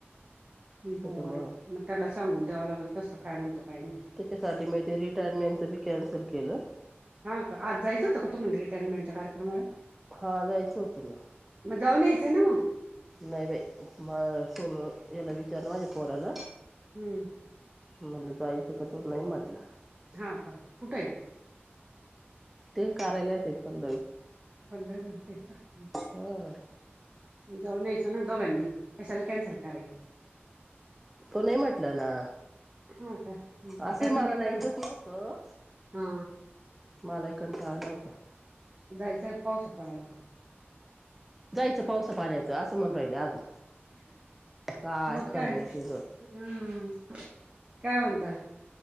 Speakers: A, in the centre; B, on the right (about 30°).
A: त्याच्यामुळं
B: बरं मग त्याला सांगून द्यावां लागेल तसं काय म्हणतो काही नाही
A: त्याच्यासाठी म ते रिटायरमेंटची कॅन्सल केलं
B: हां का आज जायचंतं का तुण रिटयनमेंटच्या कार्यक्रमाला
A: हा जायचं होतं ना
B: मग जाऊनहीचं आहे ना मग
A: नाही बाई म स याला विचारण माझ्या पोराला
B: हम्म
A: म्हणलं जायचं का? तो नाही म्हटला.
B: हाहा <unintelligible>
A: ते करायला ते पण
B: <unintelligible>
A: हा
B: जाऊन यायचं ना दोघांनी कशाला कॅन्सल करायचं.
A: तो नाही म्हटलं ना
B: होा का
A: असे
B: त्याच
A: मला
B: मित्र
A: जायचंच नव्हतं
B: हा
A: मला एक कंठाव नव्हतं
B: जायचं पाऊसपाडयच
A: जायचं पावस पाण्याचं असं म्हण राहिल अजून काय
B: मकाय
A: खरं नाही तुझं
B: ह काय म्हणता